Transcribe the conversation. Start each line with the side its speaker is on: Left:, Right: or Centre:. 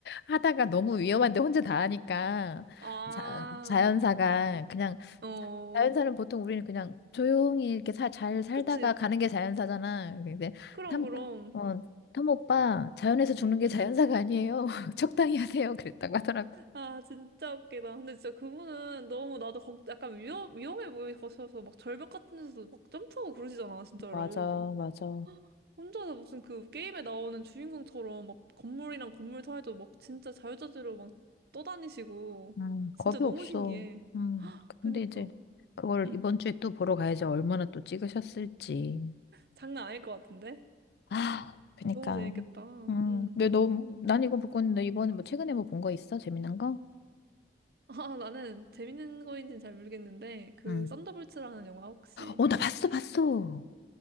Left: 하다가 너무 위험한데 혼자 다 하니까
Right: 아,
Left: 자, 자연사가 그냥
Right: 어,
Left: 자- 자연사는 보통 우리는 그냥 조용히 이렇게 사, 잘 살다가
Right: 그치.
Left: 가는 게 자연사잖아. 근데
Right: 그럼,
Left: 탐,
Right: 그럼.
Left: 어, 톰 오빠 자연에서 죽는 게
Right: 응.
Left: 자연사가 아니에요. <laughs> 적당히 하세요. 그랬다고 하더라고.
Right: 아, 진짜 웃기다. 근데 진짜 그분은 너무 나도 걱, 약간 위험, 위험해 보이셔서 막 절벽 같은 데서도 막 점프하고 그러시잖아, 진짜로.
Left: 맞아, 맞아.
Right: 혼자서 무슨 그 게임에 나오는 주인공처럼 막 건물이랑 건물 사이도 막 진짜 자유자재로 막 떠다니시고.
Left: 음,
Right: 진짜
Left: 겁이
Right: 너무
Left: 없어.
Right: 신기해.
Left: 음,
Right: 그니까.
Left: 근데 이제 그걸
Right: 응.
Left: 이번 주에 또 보러 가야지 얼마나 또 찍으셨을지.
Right: 장난 아닐 것 같은데?
Left: 아, 그니까.
Right: 너무 재밌겠다.
Left: 음,
Right: 음.
Left: 근데 너, 난 이거 못 봤는데 이번에 뭐 최근에 뭐 본 거 있어? 재미난 거?
Right: 아, 나는 재밌는 거인지는 잘 모르겠는데, 그,
Left: 응.
Right: 썬더볼츠라는 영화 혹시.
Left: 어, 나 봤어, 봤어.